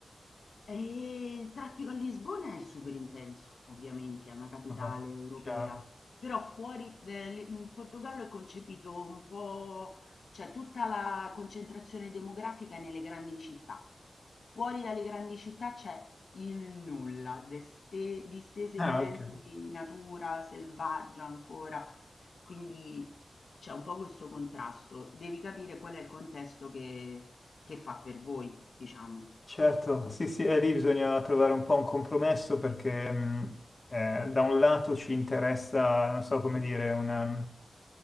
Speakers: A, on the left; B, on the left.
A: Ehm, il traffico a Lisbona è super intenso, ovviamente, è una capitale
B: Vabbè,
A: europea,
B: chiaro.
A: però fuori ehm, li mhmm, Portogallo è concepito un po' cioè tutta la concentrazione demografica è nelle grandi città. Fuori dalle grandi città c'è il nulla, deste distese
B: Eh,
A: immense
B: anche.
A: di natura selvaggia ancora, quindi c'è un po' questo contrasto. Devi capire qual è il contesto che che fa per voi, diciamo.
B: Certo, sì, sì, e lì bisogna trovare un po' un compromesso perché mh, eh, da un lato ci interessa, non so come dire, una,